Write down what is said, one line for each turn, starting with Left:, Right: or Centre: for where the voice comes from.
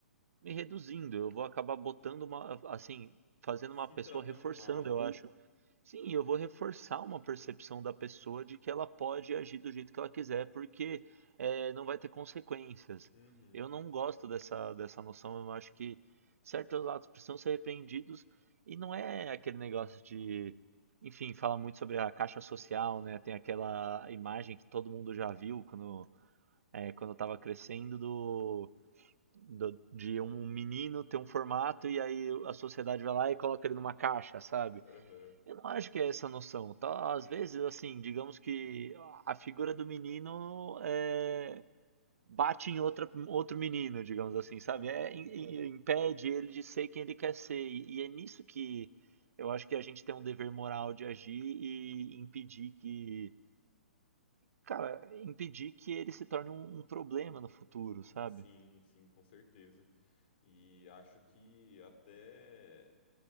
Right: me reduzindo, eu vou acabar botando uma, assim, fazendo
Left: Se
Right: uma pessoa
Left: tratando
Right: reforçando,
Left: mal, né?
Right: eu acho. Sim, eu vou reforçar uma percepção da pessoa de que ela pode agir do jeito que ela quiser, porque eh, não vai ter consequências.
Left: Uhum,
Right: Eu não gosto dessa, dessa noção, eu acho que certos atos precisam ser repreendidos e não é aquele negócio de. Enfim, fala muito sobre a caixa social, né? Tem aquela imagem que todo mundo já viu quando, eh, quando eu tava crescendo do do- de um menino ter um formato e aí a sociedade vai lá e coloca ele numa caixa, sabe?
Left: aham.
Right: Eu não acho que é essa a noção. Tá? Às vezes, assim, digamos que a figura do menino é, bate em outra, outro menino, digamos assim,
Left: <laughs>
Right: sabe? É, im- im- impede ele de ser quem ele quer ser. E, e é nisso que eu acho que a gente tem um dever moral de agir e impedir que, cara, impedir que ele se torne um, um problema no futuro, sabe?
Left: Sim, sim, com certeza. E acho que até